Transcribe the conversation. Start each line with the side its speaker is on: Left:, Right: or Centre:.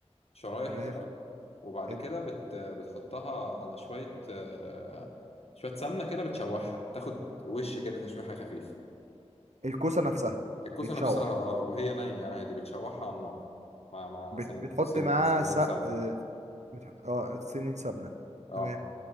Left: شرايح
Right: تمام
Left: كده وبعد
Right: حلو
Left: كده بت بتحطها على شويه آه شويه سمنه كده بتشوحها تاخد وش كده تشويحه خفيف
Right: الكوسه نفسها
Left: الكوسه
Right: تتشوح
Left: نفسها اه وهي نيه عادي بتشوحها على النار مع مع
Right: بت...
Left: سن
Right: بتحط
Left: سن
Right: معاها
Left: سنة
Right: سق
Left: سمنه
Right: متح... اه سنة سمنة
Left: اه
Right: تمام